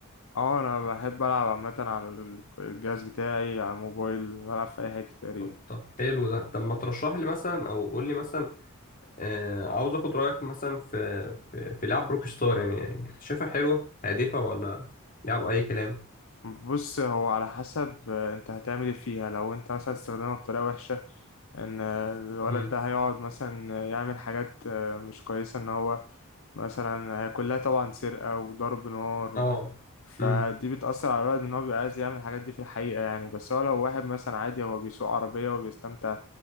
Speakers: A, on the left; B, on the left.
A: اه انا بحب العب عامه على ال- الجهاز بتاعي على الموبايل بلعب في اي حته تقريبا
B: طب طب حلو ده طب ما ترشح لي مثلا او قول لي مثلا آه، عاوز اخد رايك مثلا في في, في لعب روك ستار يعني شايفها حلوه هادفه ولا لعب اي كلام
A: بص هو على حسب آه، انت هتعمل ايه فيها لو انت مثلا استخدمها بطريقه وحشه ان آه، الولد
B: امم
A: ده هيقعد مثلا آه، يعمل حاجات آه، مش كويسه ان هو مثلا هي كلها طبعا سرقه وضرب نار
B: اه
A: و... فدي
B: امم
A: بتأثر على الولد ان هو بيبقى عايز يعمل الحاجات دي في الحقيقه يعني بس هو لو واحد مثلا عادي هو بيسوق عربيه وبيستمتع